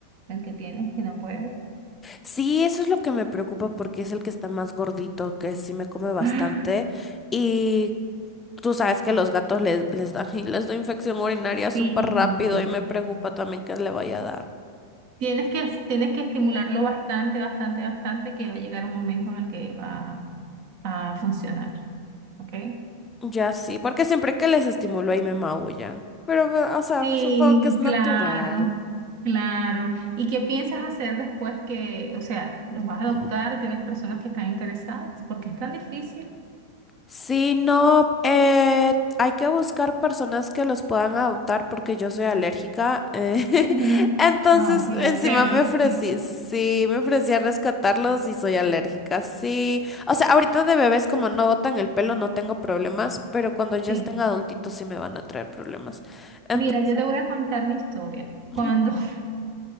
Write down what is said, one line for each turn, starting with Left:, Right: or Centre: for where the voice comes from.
Right: el que tienes, que no puede.
Left: Sí, eso es lo que me preocupa porque es el que está más gordito, que sí me come bastante.
Right: <gasps> Ah,
Left: Y tú sabes que los gatos les, les da, <laughs> les da infección urinaria súper
Right: sí.
Left: rápido y me preocupa también que le vaya a dar.
Right: Tienes que, tienes que estimularlo bastante, bastante, bastante, que va a llegar un momento en el que va a funcionar, ¿ok?
Left: Ya sí, porque siempre que les estimulo ahí me maullan. Pero, ve- o sea,
Right: Sí,
Left: supongo que es natural.
Right: claro, claro. ¿Y qué piensas hacer después que, o sea, los vas a adoptar?
Left: Ujú.
Right: ¿Tienes personas que están interesadas? Porque es tan difícil.
Left: Sí, no, eh, hay que buscar personas que los puedan adoptar porque yo soy alérgica. eh, <laughs>
Right: Ujú.
Left: Entonces,
Right: Ah, sí,
Left: encima
Right: al pelo.
Left: me ofrecí,
Right: Sí,
Left: sí, me ofrecí a rescatarlos y soy alérgica, sí. O sea, ahorita de bebés como no botan el pelo no tengo problemas, pero cuando ya
Right: sí.
Left: estén adultitos sí me van a traer problemas. Entonces,
Right: Mira, yo te voy a contar mi historia.
Left: ujú,
Right: Cuando <laughs>